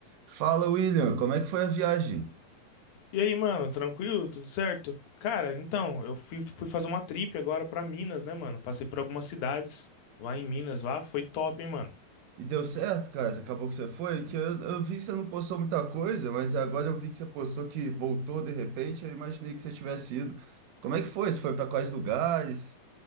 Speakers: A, on the right; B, on the left.
A: Fala, William, como é que foi a viagem?
B: E aí, mano, tranquilo? Tudo certo? Cara, então, eu fui, fui fazer uma trip agora pra Minas, né, mano? Passei por algumas cidades lá em Minas, lá foi top, hein, mano?
A: E deu certo, cara? Acabou que você foi? Que eu, eu vi que você não postou muita coisa, mas agora eu vi que você postou que voltou de repente. Eu imaginei que você tivesse ido. Como é que foi? Você foi para quais lugares?